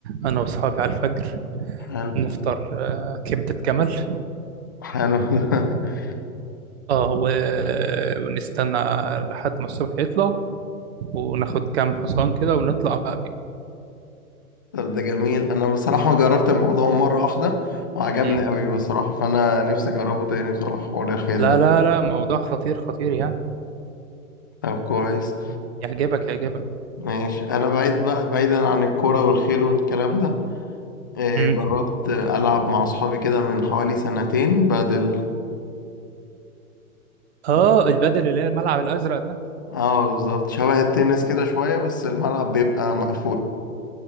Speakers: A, on the right; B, on the left.
A: أنا وأصحابي على الفجر
B: حلو
A: نفطر آه، كبدة جمل
B: حلو <laughs>
A: اه و- ونستنى لحد ما الصبح يطلع وناخد كام حصان كده ونطلع بقى بيهم
B: طب ده جميل انا بصراحة جربت الموضوع مرة واحدة وعجبني
A: مم.
B: قوي بصراحة فانا نفسي اجربه تاني بصراحة حوار الخيل
A: لا
B: ده
A: لا لا موضوع خطير خطير يعني
B: طب كويس
A: يعجبك يعجبك
B: ماشي انا بعيد بقى بعيدا عن الكوره والخيل والكلام ده إيه،
A: مم.
B: جربت العب مع اصحابي كده من حوالي سنتين بدل
A: اه البدل اللي هي الملعب الازرق ده
B: اه بالظبط شبه التنس كده شويه بس الملعب بيبقى مقفول